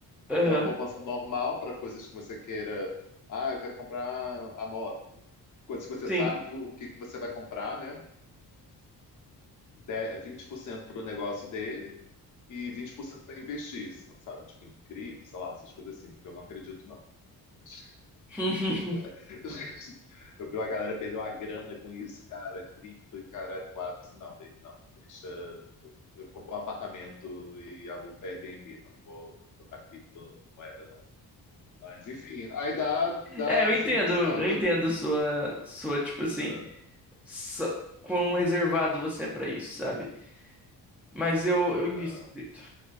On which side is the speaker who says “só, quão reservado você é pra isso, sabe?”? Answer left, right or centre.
Centre